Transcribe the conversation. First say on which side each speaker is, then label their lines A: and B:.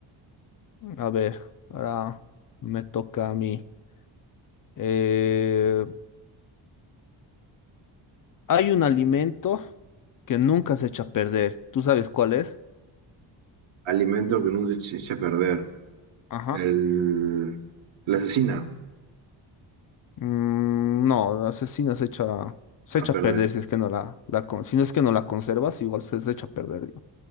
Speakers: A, on the left; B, on the right.
A: A ver, ahora me toca a mí. Eh, hay un alimento que nunca se echa a perder. ¿Tú sabes cuál es?
B: alimento que no se eche eche a perder.
A: Ajá.
B: El, la asesina
A: Mm, no, la asesina se echa, se
B: a
A: echa
B: perder.
A: a perder si es que no la, la con- si no es que no la conservas, igual se, se echa a perder,